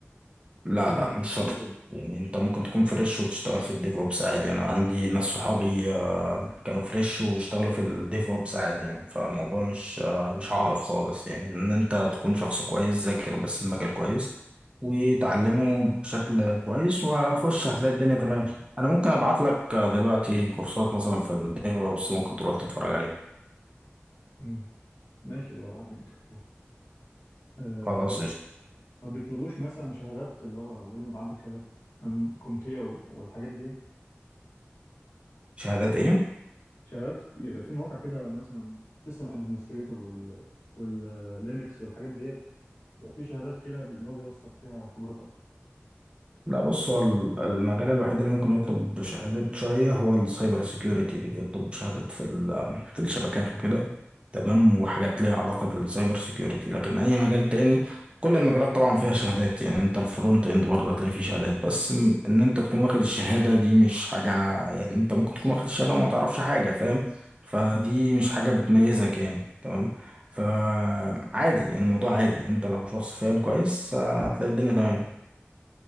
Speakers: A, on the right; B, on the left.
A: لا
B: فهم
A: لا مش شرط
B: قالوا كده
A: يعني انت ممكن تكون فريش وتشتغل في الديف اوبس عادي انا عندي ناس صحابي آه، كانوا فريش واشتغلوا في الديف اوبس عادي يعني فالموضوع مش آه، مش عائق خالص يعني ان انت تكون شخص كويس ذاكر بس المجال كويس وتعلمه بشكل كويس وخش هتلاقي الدنيا تمام انا ممكن ابعت لك آه، دلوقتي كورسات مثلا في الديف اوبس ممكن تروح تتفرج عليها
B: مم. ماشي بقى ابعت لي ان شاء الله أه
A: خلاص قشطة.
B: ما بيطلبوش مثلا شهادات اللي هو لازم يبقى عندك شهادات من كومتيا وال- والحاجات دي
A: شهادات ايه
B: شهادات في- يبقى في مواقع كده مثلا سيستم ادمنستريتور وال واللينكس والحاجات ديت يبقى في شهادات كده اللي هو بيوثق فيها خبرتك
A: لا بص هو ال- المجال الوحيد اللي ممكن يطلب شهادة شوية هو السايبر سيكيورتي اللي بيطلب شهادة في ال- في الشبكات وكده تمام وحاجات ليها علاقة بالسايبر سيكيورتي لكن أي مجال تاني كل المجالات طبعا فيها شهادات يعني أنت الفرونت إند برضه هتلاقي فيه شهادات بس م- إن أنت تكون واخد الشهادة دي مش حاجة يعني أنت ممكن تكون واخد الشهادة وما تعرفش حاجة فاهم فدي
B: مم.
A: مش حاجة بتميزك يعني تمام فعادي يعني الموضوع عادي أنت لو شخص فاهم كويس آه، هتلاقي الدنيا تمام